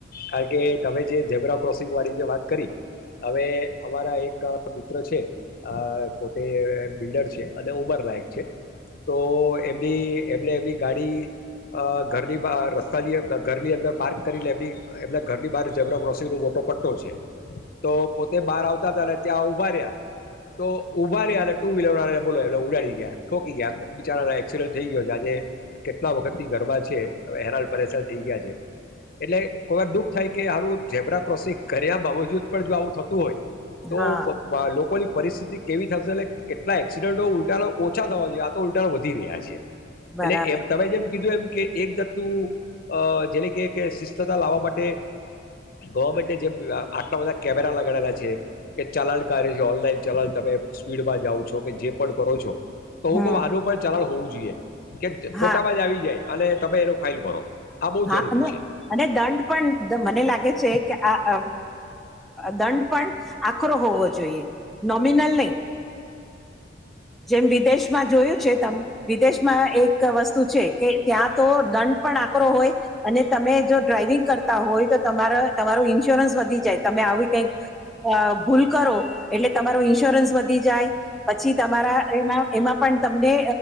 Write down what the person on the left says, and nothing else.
કારણ કે તમે જે ઝબરા ક્રોસિંગ વાળી જે વાત કરી હવે અમારા એક મિત્ર છે, પોતે બિલ્ડર છે અને ઉમર લયક છે તો એમની એમને એમની ગાડી ઘરની બ <unintelligible> ઘરની અંદર પાર્ક કરીને એ એમના ઘરની <unintelligible> ક્રોસિંગ નો મોટો પટ્ટો છે. તો પોતે બહાર આવ ત્યાં <unintelligible> તો <unintelligible> અને ટુ વ્હીલર બોલો <unintelligible> ઉડાડી ગયા ઠોકી ગયા બચારા એક્સિડન્ટ થઈ ગયો છે, આજે કેટલા વખત થી <unintelligible> છે, હેરા પરેશાન થઈ ગયા છે, એટલે કોઈ વાર દુઃખ થાય કે હારું ઝેબ્ર ક્રોસિંગ કર્યા બાબજુદ પણ જો આવું થતું હોય. તો
<unintelligible> લોક કો ની પરિસ્થિતિ કેવી થશે, અને કેટલા એક્સિડન્ટો ઉલટા નો ઓછા થવા જોઈએ, આ તો ઉલટા નો વધી રહ્યા છે.
એટલે એમ તમે જેમ કીધું એમ કે એક જાતનું અ જેલે કે શિસ્તતા લાવવા માટે, ગવર્મેન્ટે જે આટલા બધા કેમેરા લગાડેલા છે, કે ચલાણકાર્ય છે ઓનલાઈન ચલાણ તમે સ્પીડમાં જાઓ છો કે જે પણ ભરો છો. તો હું
કવ આનું પણ ચલણ હોવું જોઇએ. જોઈએ. કે ફોટામાં
જ આવી જાય. અને તમે એનો ફાઇન ભરો. આ બહુ
જરૂરી
છે